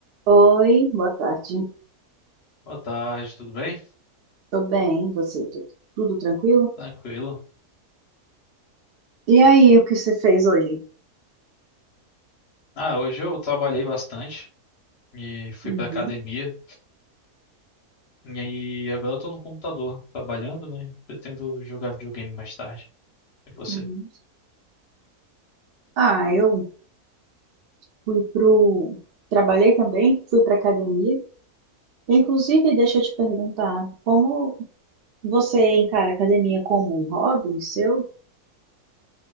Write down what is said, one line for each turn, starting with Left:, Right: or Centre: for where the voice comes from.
Right: Oi, boa tarde.
Left: Boa tarde, tudo bem?
Right: Tô bem, e você? Tô- Tudo tranquilo?
Left: Tranquilo.
Right: E aí, o que você fez hoje?
Left: Ah, hoje eu trabalhei bastante e fui
Right: Uhum,
Left: pra academia. E aí agora eu tô no computador trabalhando, né? Pretendo jogar videogame mais tarde. E você?
Right: uhum. Ah, eu fui pro... Trabalhei também, fui pra academia. Inclusive, deixa eu te perguntar, como você encara a academia como um hobby seu?